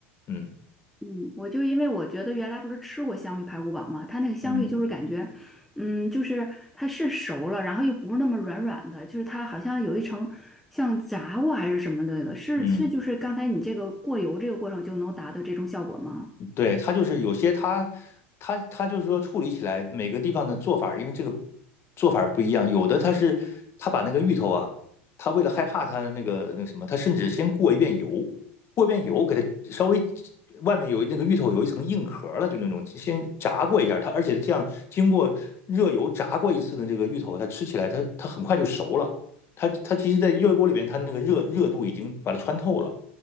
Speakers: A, on the left (about 40°); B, in the centre.
A: 嗯
B: 嗯，我就因为我觉得原来不是吃过香芋排骨煲嘛，它那个香芋就是感觉，
A: 嗯。
B: 嗯，就是它是熟了，然后又不是那么软软的，就是它好像有一层像炸过还是什么的那个，是是就是刚才你这个过油这个过程就能达到这种效果吗？
A: 嗯。对，它就是有些它它它就是说处理起来每个地方的做法儿因为这个做法儿不一样，有的它是它把那个芋头啊，它为了害怕它那个那个什么，它甚至先过一遍油，过一遍油给它稍微外面有那个芋头有一层硬壳儿了，就那种先炸过一下儿它，而且这样经过热油炸过一次的这个芋头，它吃起来它它很快就熟了，它它其实在热锅里边它那个热热度已经把它穿透了，